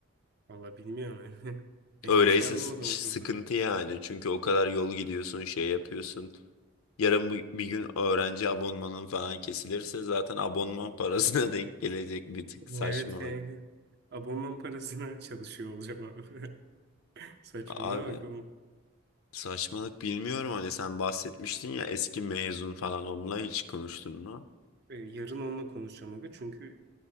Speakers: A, on the right; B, on the left.
A: Valla bilmiyorum. <laughs> yani. Ben
B: Öyleyse
A: hiçbir şey anlamadım
B: s- iş-
A: o konuda.
B: sıkıntı yani. Çünkü o kadar yol gidiyorsun, şey yapıyorsun. Yarın bu- bir gün öğrenci abonmanın falan kesilirse zaten abonman parasına <laughs> denk gelecek bir tık saçmalık.
A: Evet kanka. Abonman parasına <laughs> çalışıyor olacağım abi. <laughs> Saçmalama
B: Abi
A: bak oğlum.
B: saçmalık bilmiyorum hani sen bahsetmiştin ya eski mezun falan onunla hiç konuştun mu?
A: Ee, yarın onunla konuşacağım aga. Çünkü